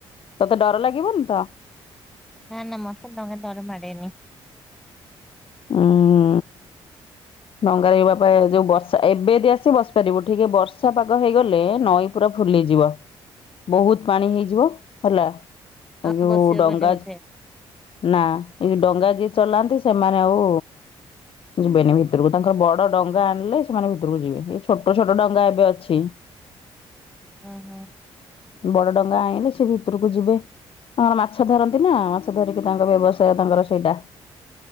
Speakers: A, on the left; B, in the centre.
A: ତତେ ଡର ଲାଗିବନି ତ?
B: ନାଁ ନା ମତେ ଦଙ୍ଗା ଡରମଡ଼େନି।
A: ହୁଁ। ଡଙ୍ଗାରେ ଏଇବା ପା ଯୋଉ ବର୍ଷା ଏବେଦି ଆସି ବସିପାରିବୁ ଟିକେ ବର୍ଷା ପାଗ ହେଇଗଲେ ନଈ ପୁରା ଫୁଲିଯିବ ବହୁତ ପାଣି ହେଇଯିବ ହେଲା।
B: ଆଉ
A: ଆ ଯୋଉ
B: ବସି ହବନି
A: ଡଙ୍ଗା
B: ବୋଧେ
A: ନା ଏଇ ଡଙ୍ଗା ଯିଏ ଚଲାନ୍ତି ସେମାନେ ଆଉ ଯିବେନି ଭିତରକୁ ତାଙ୍କର ବଡ ଡଙ୍ଗା ଆଣିଲେ ସେମାନେ ଭିତରକୁ ଯିବେ ଏ ଛୋଟ ଛୋଟ ଡଙ୍ଗା ଏବେ ଅଛି।
B: ହଁ ହଁ।
A: ବଡ ଡଙ୍ଗା ଆଇଁଲେ ସେ ଭିତରକୁ ଯିବେ ତାଙ୍କର ମାଛ ଧରନ୍ତି ନା ମାଛ ଧରିକି ତାଙ୍କ ବ୍ୟବସାୟ ତାଙ୍କର ସେଇଟା।